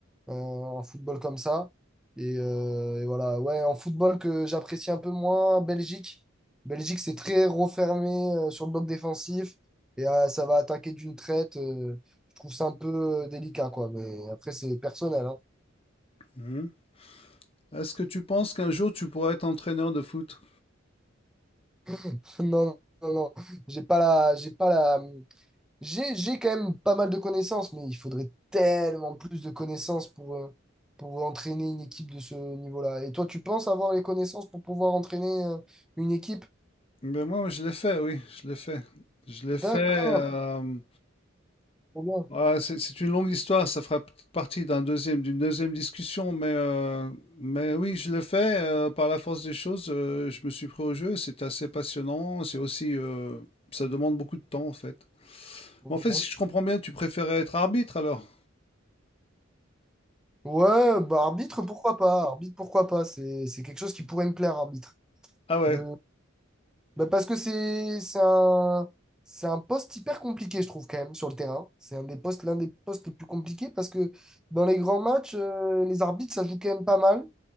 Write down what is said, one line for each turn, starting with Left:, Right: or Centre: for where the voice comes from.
Centre: euh, en football comme ça. Et, euh, et voilà, ouais, en football que j'apprécie un peu moins, Belgique. Belgique, c'est très refermé euh, sur le bloc défensif et euh, ça va attaquer d'une traite. euh, je trouve ça un peu euh, délicat, quoi. Mais après, c'est personnel, hein.
Left: Mhm. Est-ce que tu penses qu'un jour tu pourrais être entraîneur de foot?
Centre: <laughs> Non, non, non, j'ai pas la, j'ai pas la, j'ai, j'ai quand même pas mal de connaissances, mais il faudrait tellement plus de connaissances pour, euh, pour entraîner une équipe de ce niveau-là. Et toi, tu penses avoir les connaissances pour pouvoir entraîner euh, une équipe?
Left: Ben moi, je l'ai fait, oui, je l'ai fait. Je l'ai fait.
Centre: D'accord.
Left: euh,
Centre: Trop bien.
Left: Ouais, c'est c'est une longue histoire, ça fera peut-être partie d'un deuxième, d'une deuxième discussion, mais, euh, mais oui, je l'ai fait euh, par la force des choses. euh, je me suis pris au jeu, c'est assez passionnant, c'est aussi, euh, ça demande beaucoup de temps en fait.
Centre: Ok.
Left: Mais en fait, si je comprends bien, tu préférais être arbitre alors?
Centre: Ouais, bah arbitre, pourquoi pas? Arbitre, pourquoi pas? C'est c'est quelque chose qui pourrait me plaire, arbitre.
Left: Ah ouais,
Centre: De- bah, parce que c'est c'est un, c'est un poste hyper compliqué, je trouve, quand même, sur le terrain. C'est un des postes, l'un des postes les plus compliqués parce que dans les grands matchs, euh, les arbitres, ça joue quand même pas mal.